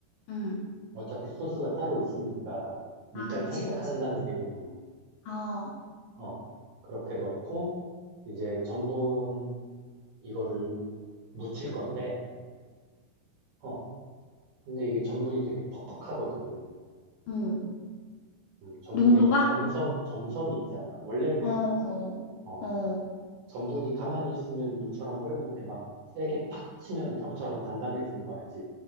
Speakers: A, on the left; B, on the right.
A: 음.
B: 어차피 소스가 따로 있으니까, 밑간
A: 아, 그치,
B: 살짝
A: 그치.
B: 한다는 개념으로.
A: 아, 어,
B: 어, 그렇게 넣고, 이제 전분 이거를 무칠 건데, 어, 근데 이게 전분이 되게 퍽퍽하거든.
A: 어.
B: 음, 전분의
A: 농도가?
B: 그 점성, 점성이 있잖아. 원래 그래.
A: 어, 어,
B: 어,
A: 어.
B: 전분이 가만히 있으면 물처럼 흐르는데 막 세게 팍 치면 벽처럼 단단해지는 거 알지?